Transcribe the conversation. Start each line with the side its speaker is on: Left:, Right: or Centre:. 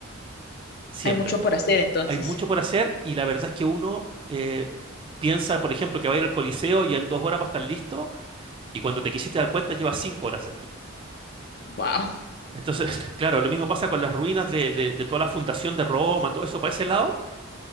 Right: Siempre.
Left: Hay mucho por hacer, entonces.
Right: Hay mucho por hacer y la verdad es que uno eh, piensa, por ejemplo, que va a ir al Coliseo y en dos horas va a estar listo y cuando te quisiste dar cuenta llevas cinco horas dentro.
Left: Wow.
Right: Entonces, <laughs> claro, lo mismo pasa con las ruinas de, de de toda la fundación de Roma, todo eso para ese lado